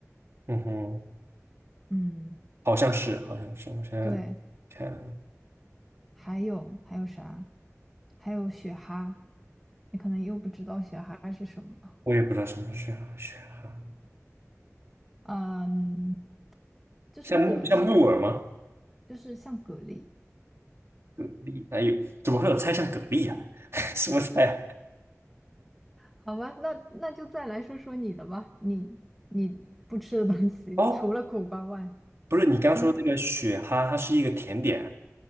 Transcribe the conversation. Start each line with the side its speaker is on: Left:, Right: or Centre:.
Right: 嗯哼，
Centre: 嗯，
Right: 好像是，好像是，我现在看，
Centre: 对，还有还有啥？还有雪蛤，你可能又不知道雪蛤是什么。
Right: 我也不知道什么是雪蛤，
Centre: 嗯，就是蛤蜊，
Right: 像木像木耳吗？
Centre: 就是像蛤蜊。
Right: 蛤蜊，还有怎么会有菜像蛤蜊啊？<laughs> 什么菜
Centre: 好吧，那那就再来说说你的吧，你你不吃的东西，
Right: 啊哦，
Centre: 除了苦瓜外。
Right: 不是，你刚说这个雪蛤，
Centre: 嗯。
Right: 它是一个甜点，